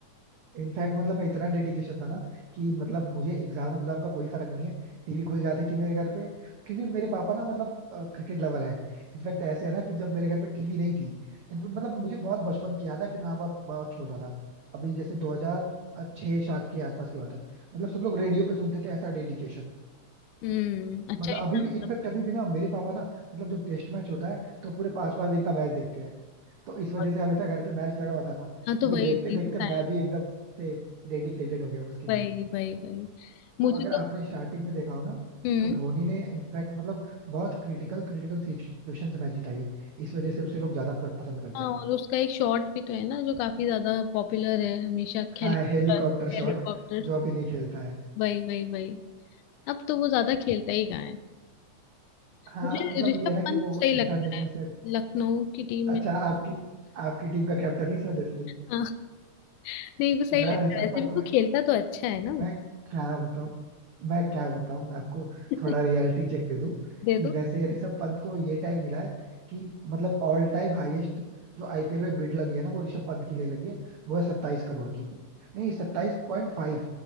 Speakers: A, on the right; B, on the left.
A: इनफैक्ट मतलब मैं इतना डेडिकेशन था ना कि मतलब मुझे एग्जाम उग्जाम का कोई फर्क नहीं है टीवी खुल जाती थी मेरे घर पे क्योंकि मेरे पापा ना मतलब क्रिकेट लवर है इनफैक्ट ऐसे है ना कि जब मेरे घर पे टीवी नहीं थी इनफैक्ट मतलब मुझे बहुत बचपन की याद है कि मैं बहुत बहुत छोटा था अभी जैसे 2006 सात के आसपास की बात है मतलब सब लोग रेडियो पे सुनते थे ऐसा डेडिकेशन
B: हम्म अच्छा
A: मतलब अभी
B: इतना
A: भी
B: मतलब
A: इनफैक्ट अभी भी ना मेरे पापा ना मतलब जब टेस्ट मैच होता है तो पूरे पांच पांच दिन का मैच देखते हैं तो इस वजह
B: बहुत-
A: से हमेशा घर पे मैच लगा होता था
B: हाँ तो
A: अभी
B: वही
A: देखते
B: चीज
A: देखते मैं
B: है
A: भी एकदम से डेडिकेटेड हो गया उसके लिए
B: वही वही वही मुझे
A: तो अगर
B: तो
A: आपने स्टार्टिंग में देखा हो ना
B: हम्म
A: तो धोनी ने इनफैक्ट मतलब बहुत क्रिटिकल क्रिटिकल सिचुएशन से मैच जीता है इस वजह से उसे लोग ज्यादा प- पसंद करते
B: हाँ
A: हैं
B: और उसका एक शॉर्ट भी तो है ना जो काफी ज्यादा पॉपुलर है हमेशा हेलीकॉप्टर
A: हाँ हेलीकॉप्टर
B: हेलीकॉप्टर
A: शॉट
B: शॉट
A: जो अभी नहीं खेलता है
B: वही वही वही अब तो वो ज्यादा खेलता ही कहाँ है
A: हाँ
B: मुझे
A: मतलब
B: ऋषभ
A: ये है ना
B: पंत
A: कि वो
B: सही लगता
A: इंटरनेशनल
B: है
A: से
B: लखनऊ की टीम में
A: अच्छा आपकी आपकी टीम का कैप्टन इस वजह से
B: हाँ। नहीं वो सही
A: यार
B: लगता
A: ऋषभ
B: है वैसे
A: पंत
B: भी वो खेलता तो अच्छा है ना वो
A: मैं क्या बताऊं मैं क्या बताऊं मैं आपको
B: <laughs>
A: थोड़ा रियलिटी चेक दे दूं
B: दे
A: कि
B: दो
A: वैसे ऋषभ पंत को ये टैग मिला है कि मतलब ऑल टाइम हाईएस्ट जो आईपीएल में बिड लगी है ना वो ऋषभ पंत की लिए लगी है वो है सत्ताईस करोड़ की नहीं सत्ताईस पॉइंट फाइव